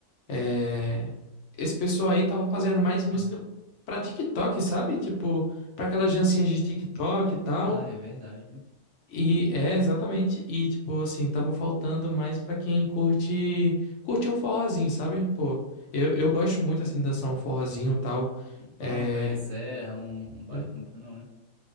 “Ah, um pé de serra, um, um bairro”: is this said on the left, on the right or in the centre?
Right